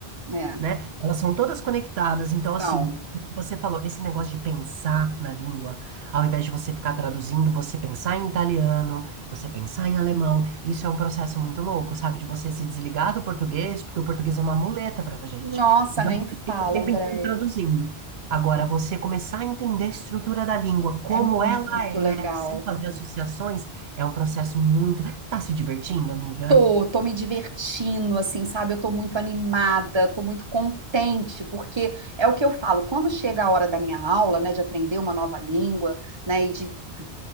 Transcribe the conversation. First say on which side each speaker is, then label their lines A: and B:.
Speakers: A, on the right (about 25°); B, on the right (about 75°).
A: é,
B: né? Elas são todas conectadas. Então, assim,
A: são.
B: o que você falou, esse negócio de pensar na língua, ao invés de você ficar traduzindo, você pensar em italiano, você pensar em alemão, isso é um processo muito louco, sabe? De você se desligar do português, porque o português é uma muleta pra gente.
A: Nossa,
B: Então,
A: nem
B: a gente fica
A: fala,
B: o tempo
A: Andréia.
B: inteiro traduzindo. Agora, você começar a entender a estrutura da língua, como
A: É muito
B: ela é,
A: legal.
B: sem fazer associações, é um processo muito. Você está se divertindo, amiga?
A: Tô, tô me divertindo, assim, sabe? Eu tô muito animada, tô muito contente, porque é o que eu falo, quando chega a hora da minha aula, né, de aprender uma nova língua, né, e de de